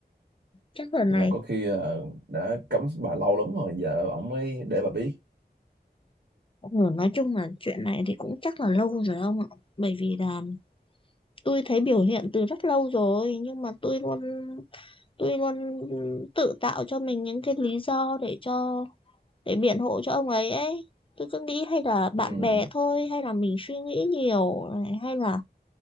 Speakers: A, on the left; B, on the right.
A: chắc lần
B: vậy
A: này
B: là có khi là đã cấm bà lâu lắm rồi giờ ổng mới để bà biết
A: Ừ, nói chung là chuyện này thì cũng chắc là lâu rồi ông ạ. Bởi vì là tôi thấy biểu hiện từ rất lâu rồi nhưng mà tôi luôn tôi luôn tự tạo cho mình những cái lý do để cho để biện hộ cho ông ấy ấy tôi cứ nghĩ hay là
B: ừ.
A: bạn bè thôi hay là mình suy nghĩ nhiều này, hay là